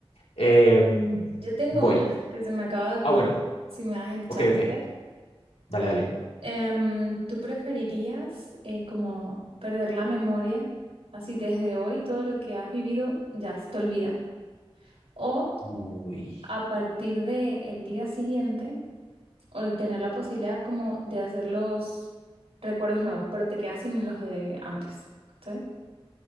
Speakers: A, on the left; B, on the right.
A: Em,
B: Yo tengo
A: voy.
B: una que se me acaba de ocurrir,
A: Ah, bueno,
B: si me das el chance.
A: ok, ok, dale, dale.
B: Em, ¿tú preferirías eh, como perder la memoria, así desde hoy todo lo que has vivido ya se te olvida? O
A: Uy.
B: a partir del día siguiente o de tener la posibilidad como de hacer los recuerdos nuevos, pero te quedas sin los de antes. ¿Sí?